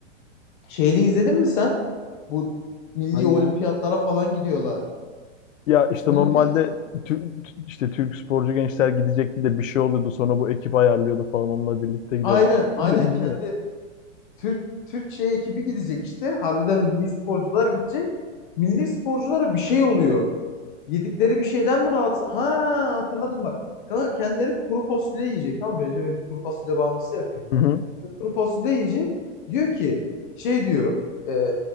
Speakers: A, on the left; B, on the left.
A: Şeyli izledin mi sen? Bu milli
B: Hangi?
A: olimpiyatlara falan gidiyorlar.
B: Ya işte
A: Olimpiyat
B: normalde tü- tü- işte Türk sporcu gençler gidecekti de bir şey oluyordu. Sonra bu ekip ayarlıyordu falan onunla birlikte gidiyorlar.
A: aynen
B: Biliyorsun
A: aynen kendi
B: değil mi?
A: Türk Türk şey ekibi gidecek işte. Harbiden milli sporcular gidecek. Milli sporculara bir şey oluyor. Yedikleri bir şeyden mi rahatsız? Ha hatırladım bak. Kanka kendileri kuru fasulye yiyecek. Tamam mı? Recep İvedik kuru fasulye bağımlısı ya filmde.
B: Hı hı.
A: Kuru fasulye yiyecek. Diyor ki şey diyor. e,